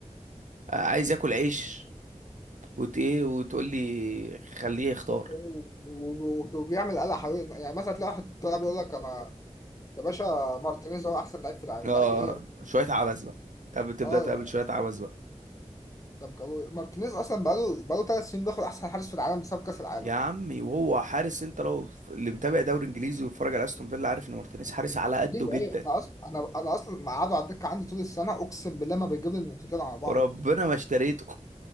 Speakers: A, on the right; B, on the left.
A: آه، عايز ياكل عيش وت ايه وتقول لي خليه يختار
B: و- و- وبيعمل قلق حوالين يعني مثلا تلاقي واحد طلع بيقول لك انا يا باشا مارتينيز هو احسن لعيب في العالم
A: اه
B: لعيب ايه يا باشا؟
A: شويه عبث بقى طب تبدا
B: اه
A: تقابل شويه عبث بقى
B: طب جابوا- مارتينيز اصلا بقاله بقاله ثلاث سنين بياخد احسن حارس في العالم بسبب كاس العالم
A: يا عمي وهو حارس انت لو ف- اللي متابع دوري انجليزي وبيتفرج على استون فيلا عارف ان مارتينيز حارس على قده
B: ايوه
A: جدا
B: ايوه انا اصلا انا انا اصلا مقعده على الدكه عندي طول السنه اقسم بالله ما بيجيب لي النقطتين على بعض
A: وربنا ما اشتريته